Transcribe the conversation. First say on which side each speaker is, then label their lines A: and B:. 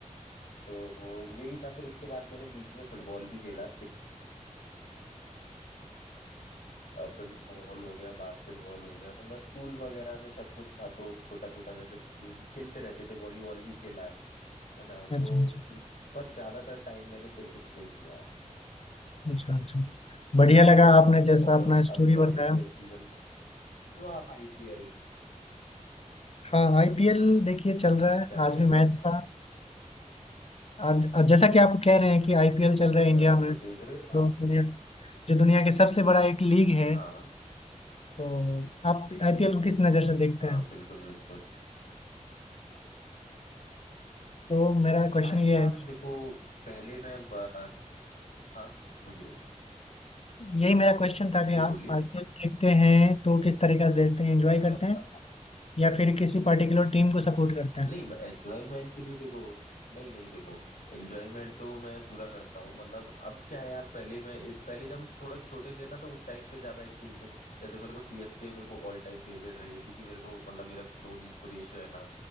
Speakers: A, on the left (about 90°); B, on the left (about 50°).
A: तो यही था फिर उसके बाद मैंने बीच में फुटबॉल भी खेला सिक्स अ, फुटबॉल हो गया बास्केटबॉल हो गया मतलब स्कूल वगैरह में सब कुछ था तो छोटा छोटा जैसे जो भी खेलते रहते थे वॉलीबॉल भी खेला है है ना
B: अच्छा
A: तो
B: अच्छा
A: पर ज्यादातर टाइम मैंने क्रिकेट को ही दिया है
B: अच्छा अच्छा बढ़िया लगा आपने जैसा
A: और
B: अपना
A: अब
B: स्टोरी
A: जो आईपीएल
B: बताया
A: सीजन चल रही हो आप आईपीएल
B: हाँ आईपीएल देखिए चल रहा है
A: क्या
B: आज
A: कह
B: भी
A: रहे हो
B: मैच था आज जैसा कि आप कह रहे हैं कि आईपीएल चल रहा
A: अच्छा
B: है इंडिया में
A: तो देख रहे
B: तो
A: हो आप
B: बढ़िया। जो दुनिया के सबसे बड़ा एक लीग है
A: हाँ
B: तो आप आईपीएल को किस नज़र से देखते
A: हाँ
B: हैं
A: बिल्कुल बिल्कुल
B: तो मेरा क्वेश्चन
A: भाई
B: ये
A: यार
B: है
A: देखो पहले मैं ब- हाँ बोलिए
B: यही मेरा क्वेश्चन था कि
A: जी
B: आप
A: बोलिए
B: आईपीएल देखते हैं तो किस तरीके से देखते हैं
A: अच्छा
B: एंजॉय
A: अच्छा
B: करते
A: अच्छा
B: हैं
A: अच्छा
B: या फिर किसी पर्टिकुलर टीम को सपोर्ट करते हैं
A: नहीं एंजॉयमेंट के लिए देखो नहीं नहीं देखो एंजॉयमेंट तो मैं पूरा करता हूँ मतलब अब क्या है यार पहले मैं एक पहले जब हम थोड़ा छोटे थे ना तो उस टाइम पे ज्यादा एक टीम को जैसे मेरे को सीएसके मेरे को ऑल टाइम फेवरेट रही है क्योंकि मेरे को मतलब मेरा धोनी सुरेश रैना